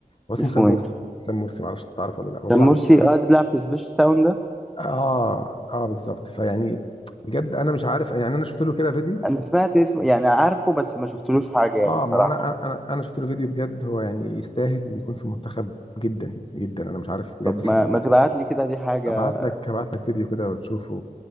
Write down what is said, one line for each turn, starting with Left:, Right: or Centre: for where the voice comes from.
Left: هو اسمه
Centre: اسمه
Left: سام مرسي
Centre: ايه؟
Left: سام مرسي معرفش انت تعرفه ولا لا هو
Centre: كان
Left: بيلعب
Centre: مرسي
Left: في الانتر
Centre: اه اللي بيلعب في سبيش تاون ده
Left: اه اه بالظبط فيعني بجد انا مش عارف يعني انا شفت له كده فيديو
Centre: انا سمعت اسمه يعني عارفه بس ما شفتلوش حاجه يعني
Left: اه
Centre: بصراحه
Left: ما انا انا انا شفت له فيديو بجد هو يعني يستاهل يكون في المنتخب جدا جدا انا مش عارف بجد
Centre: طب
Left: لحد
Centre: ما
Left: دلوقتي
Centre: ما تبعت لي كده دي حاجه
Left: هبعت لك هبعت لك فيديو كده وتشوفه